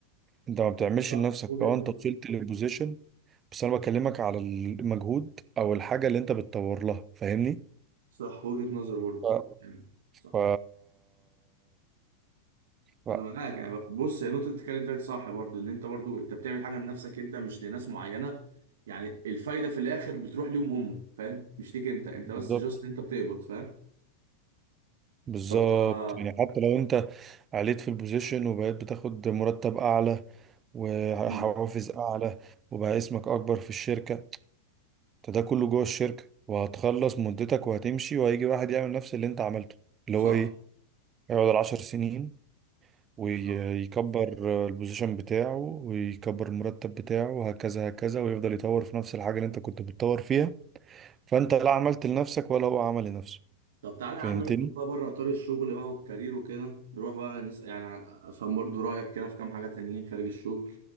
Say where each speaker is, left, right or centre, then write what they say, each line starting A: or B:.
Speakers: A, on the right; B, on the right.
A: انت ما بتعملش
B: صح
A: لنفسك
B: وجهة
A: اه انت
B: نظر
A: وصلت للبوزيشن بس انا بكلمك على المجهود او الحاجة اللي انت بتطور لها فاهمني
B: صح وجهة نظر برضه
A: ف...
B: أمم. صح
A: ف... ف...
B: انا معاك يعني بص هي النقطه اللي بتتكلم فيها دي صح برضه ان انت برضه انت بتعمل حاجه لنفسك انت مش لناس معينه يعني الفايده في الاخر بتروح ليهم هم فاهم مش ليك انت انت
A: بالظبط
B: بس جاست انت بتقبض فاهم
A: بالظبط
B: طب آه.
A: يعني حتى لو انت عليت في البوزيشن وبقيت بتاخد مرتب اعلى وحوافز
B: مم.
A: اعلى وبقى اسمك اكبر في الشركة انت ده كله جوه الشركة وهتخلص مدتك وهتمشي وهيجي واحد يعمل نفس اللي انت عملته اللي
B: صح
A: هو ايه يقعد العشر سنين ويكبر
B: صح
A: البوزيشن بتاعه ويكبر المرتب بتاعه وهكذا هكذا ويفضل يطور في نفس الحاجة اللي انت كنت بتطور فيها فانت لا عملت لنفسك ولا هو عمل لنفسه
B: طب تعالى يا
A: فهمتني؟
B: عم نخرج بقى بره اطار الشغل بقى والكارير وكده نروح بقى نسأل يعني ع- افهم برضو رايك كده في كام حاجه تانيين خارج الشغل